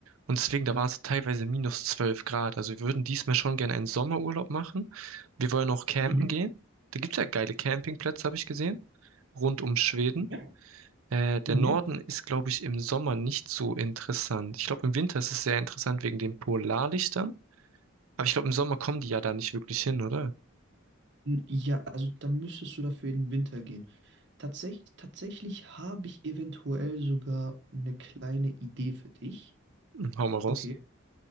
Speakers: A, on the right (about 75°); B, on the right (about 55°).
A: Und deswegen, da war es teilweise minus 12 Grad. Also wir würden diesmal schon gerne einen Sommerurlaub machen. Wir wollen auch campen
B: mhm,
A: gehen. Da gibt's ja geile Campingplätze, habe ich gesehen, rund um Schweden.
B: ja,
A: Äh, der
B: mhm.
A: Norden ist, glaube ich, im Sommer nicht so interessant. Ich glaube, im Winter ist es sehr interessant wegen den Polarlichtern. Aber ich glaube, im Sommer kommen die ja da nicht wirklich hin, oder?
B: N- Ja, also da müsstest du dafür in den Winter gehen. Tatsächlich, tatsächlich habe ich eventuell sogar eine kleine Idee für dich.
A: Hm, Hau mal raus.
B: Okay,